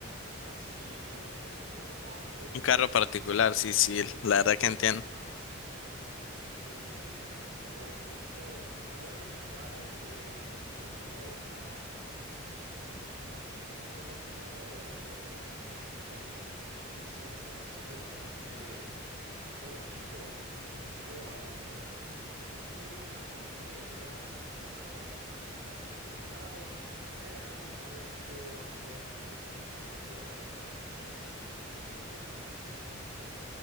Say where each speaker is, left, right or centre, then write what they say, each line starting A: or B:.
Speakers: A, on the right; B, on the left.
A: así, digamos, económicos
B: Un
A: y,
B: carro particular, sí,
A: y
B: sí,
A: bu-
B: la verdad que entiendo.
A: ah, s- sí, sí, sí, sí. Por ejemplo, hay algunos carros de, de Toyota, no me, no me acuerdo qué modelo era, pero digamos, tenían un, un diseño así bastante, bastante bonito, bastante atractivo a la vista. y también que eran, digamos, para lo que son los carros, era en un precio algo accesible, no, no te ibas a gastar miles y miles y miles de dólares en eso.